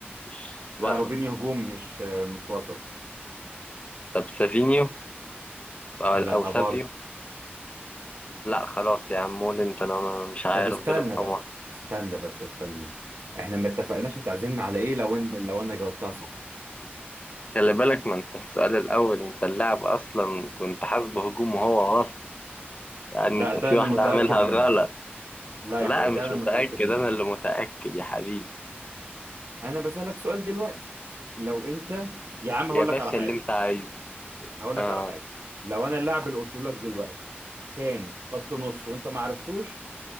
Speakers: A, on the left (about 30°); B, on the right (about 75°).
A: مش
B: لا
A: وسط
B: روبينيو هجوم مش مش وسط
A: طب سافينيو آه،
B: لا
A: أو سافيو
B: برضه
A: لا خلاص يا عم مولن فأنا مش عارف
B: طب استنى
A: غلب حمار
B: بقى استنى بس استنى احنا ما اتفقناش هتعزمنا على ايه لو ان... لو انا جاوبتها صح
A: خلي بالك ما انت السؤال الاول انت اللاعب اصلا كنت حاسبه هجوم وهو وسط يعني
B: لا
A: انت
B: ده
A: في
B: انا
A: واحده
B: متاكد
A: عاملها
B: منه
A: غلط
B: لا يا
A: لا
B: حبيبي ده
A: مش
B: انا
A: متاكد
B: متاكد منه
A: انا اللي متاكد يا حبيبي
B: انا بسالك سؤال دلوقتي لو انت يا عم هقول
A: يا باشا
B: لك على حاجه
A: اللي انت عايزه
B: هقول لك
A: اه
B: على حاجه لو انا اللاعب اللي قلت لك دلوقتي كان خط نص وانت ما عرفتوش